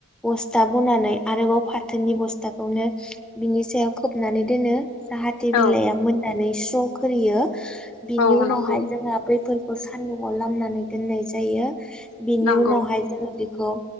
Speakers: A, in the centre; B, on the left.
A: बस्था बनानै आरोबाव फाथोनि बस्थाखौनो बिनि सायाव खोबनानै दोनो जाहाथे
B: औ
A: बिलाइया मोननानै स्र' खोरियो बिनि
B: औ
A: उनावहाय
B: नंगौ
A: जोङो बैफोर खौ सान्दुंआव लामनानै दोननाय जायो बिनि
B: नंगौ
A: उनावहाय जोङो बेखौ